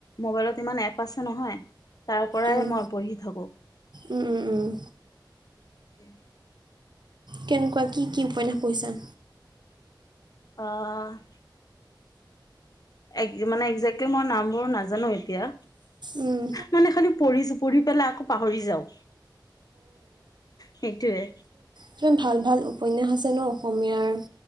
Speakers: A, on the left; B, on the right.
A: মোবাইলত ইমান এপ আছে নহয়, তাৰ পৰাই
B: উম,
A: মই পঢ়ি থাকোঁ।
B: উম, উম, উম।
A: <inaudible>
B: কেনেকুৱা? কি, কি উপন্যাস পঢ়িছা।
A: অ'। একজেক্ট মানে একজেক্টলি মই নামবোৰ নাজানো এতিয়া।
B: উম,
A: মানে খালি, পঢ়িছো, পঢ়ি পেলাই আকৌ পাহৰি যাওঁ। সেইটোৱে।
B: কিমান ভাল, ভাল উপন্যাস আছে ন, অসমীয়াৰ,